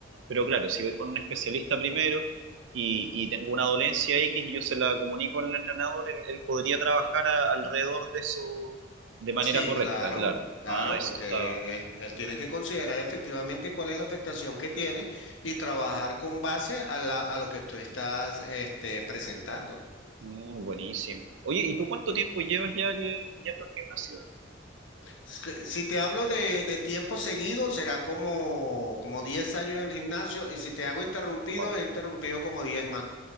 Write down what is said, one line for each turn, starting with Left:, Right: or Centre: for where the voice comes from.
Right: pero claro, si voy con un especialista primero y, y tengo una dolencia X y yo se la comunico al entrenador, él, él podría trabajar a- alrededor de eso de manera
Left: Sí,
Right: correcta,
Left: claro,
Right: claro.
Left: claro,
Right: Ah, eso
Left: porque
Right: está
Left: él, él tiene que considerar efectivamente cuál es la afectación que tiene y trabajar con base a la, a lo que tú estás este, presentando.
Right: mm, buenísimo. Oye, ¿y tú cuánto tiempo llevas ya que, yendo al gimnasio?
Left: Si si te hablo de, de tiempo seguido, serán como, como 10 años en el gimnasio y si te hago interrumpido,
Right: Wow.
Left: he interrumpido como 10 más.